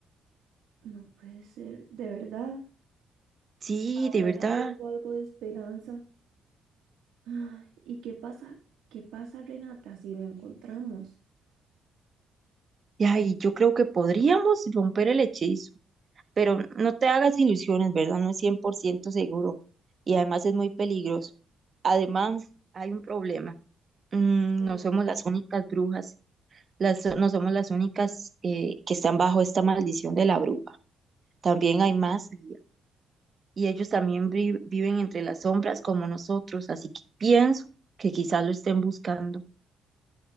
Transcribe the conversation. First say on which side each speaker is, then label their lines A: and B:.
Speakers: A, on the right; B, on the right.
A: No puede ser, de verdad.
B: Sí,
A: Ahora
B: de verdad.
A: ya tengo algo de esperanza. Ay, ¿y qué pasa? ¿Qué pasa, Renata, si no encontramos?
B: Y ay, yo creo que podríamos romper el hechizo, pero no te hagas ilusiones, ¿verdad? No es 100% seguro y además es muy peligroso. Además, hay un problema. Mm,
A: Sí.
B: no somos las únicas brujas, las, no somos las únicas eh, que están bajo esta maldición de la bruja. También hay más Lía, y ellos también vi- viven entre las sombras como nosotros, así que pienso que quizás lo estén buscando.